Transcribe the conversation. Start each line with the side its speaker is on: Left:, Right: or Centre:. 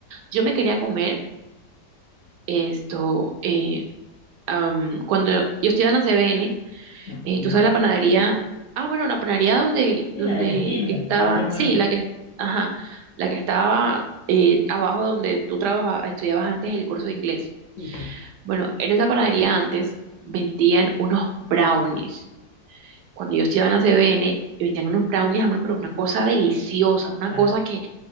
Right: Yo me quería comer esto, eh, am, cuando yo estudiaba en la CBN,
Left: No.
Right: Eh, tú sabes la panadería, ah, bueno, la panadería donde,
Left: Sí,
Right: donde
Left: la de la esquina,
Right: que estaba,
Left: yo sé cuál
Right: sí,
Left: es.
Right: la que, ajá, la que estaba eh, abajo donde tú trabaja- estudiabas antes el curso de inglés.
Left: Sí, sí.
Right: Bueno, en esa panadería antes vendían unos brownies. Cuando yo estudiaba en la CBN, vendían unos brownies, amor, pero una cosa deliciosa, una
Left: Bueno,
Right: cosa que,